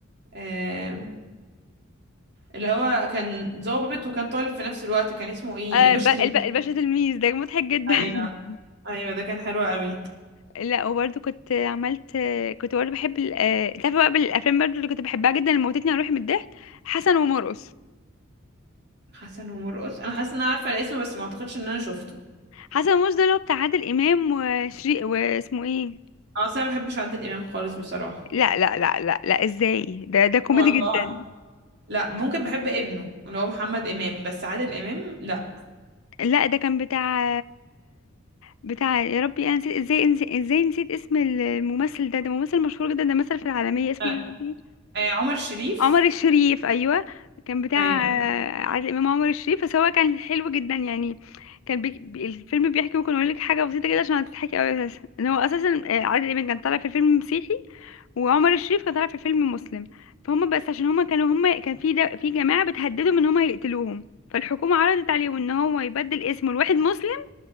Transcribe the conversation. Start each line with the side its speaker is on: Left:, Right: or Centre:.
Right: آم، اللي هو كان ضابط وكان طالب في نفس الوقت كان اسمه ايه
Left: آه
Right: الباشا
Left: الب... الب...
Right: تلميذ
Left: الباشا تلميذ ده مضحك جدا
Right: ايوه
Left: <laughs>
Right: ايوه ده كان حلو قوي
Left: لا وبرده كنت عملت كنت برده بحب ال... آه، تعرفي بقى بالافلام برده اللي كنت بحبها جدا اللي موتتني على روحي من الضحك حسن ومرقص
Right: حسن ومرقص انا حاسه ان انا عارفه الاسم بس ما اعتقدش ان انا شفته
Left: حسن ومرقص ده اللي هو بتاع عادل امام وشري واسمه ايه
Right: اه أصل انا ما بحبش عادل امام خالص بصراحه
Left: لا لا لا لا لا ازاي ده ده كوميدي
Right: والله
Left: جدا
Right: لا ممكن بحب ابنه اللي هو محمد امام بس عادل امام لا
Left: لا ده كان بتاع بتاع يا ربي انا نسيت ازاي ازاي ازاي نسيت اسم الممثل ده ده ممثل مشهور جدا ده مثل في العالمية اسمه
Right: آه،
Left: ايه يا ربي
Right: آه، عمر شريف
Left: عمر الشريف ايوه كان بتاع
Right: ايوه
Left: آه، عادل امام عمر الشريف بس هو كان حلو جدا يعني كان بي... بي- الفيلم بيحكي ممكن اقول لك حاجه بسيطه كده عشان هتضحكي قوي اساسا ان هو اساسا آه، عادل امام كان طالع في فيلم مسيحي وعمر الشريف كان طالع في فيلم مسلم فهم بس عشان هم كانوا هم كان في ده في جماعه بتهددهم ان هم هيقتلوهم فالحكومه عرضت عليهم ان هو يبدل اسمه لواحد مسلم